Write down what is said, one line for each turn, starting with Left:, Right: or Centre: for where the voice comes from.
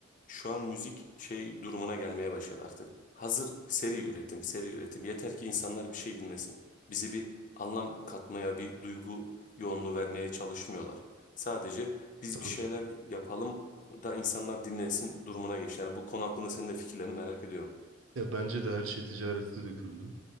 Left: şu an müzik şey durumuna gelmeye başladı artık. Hazır seri üretim, seri üretim. Yeter ki insanlar bir şey dinlesin. Bize bir anlam katmaya, bir duygu yoğunluğu vermeye çalışmıyorlar. Sadece biz
Right: tabii.
Left: bir şeyler yapalım da insanlar dinlesin durumuna geçtiler. Bu konu hakkında senin de fikirlerini merak ediyorum.
Right: Ya bence de her şey ticarete döküldü.